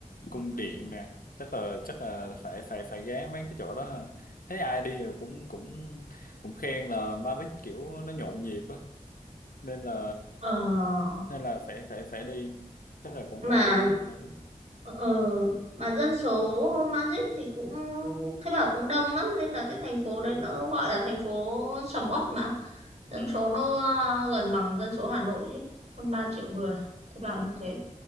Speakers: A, on the left (about 90°); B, on the right (about 50°).
A: cung điện nè chắc là chắc là phải phải phải ghé mấy cái chỗ đó ha thấy ai đi rồi cũng cũng cũng khen là Madrid kiểu nó nhộn nhịp á nên là
B: ờ,
A: nên là phải phải phải đi chắc là cũng
B: mà
A: phải đi Madrid
B: Ờ, mà dân số Magic thì cũng Thế Bảo cũng đông lắm nên là cái thành phố đấy nó gọi là thành phố sầm uất mà
A: ừ,
B: dân số nó ờ, gần bằng dân số Hà Nội ấy, hơn 3 triệu người Thế
A: ừ.
B: Bảo như thế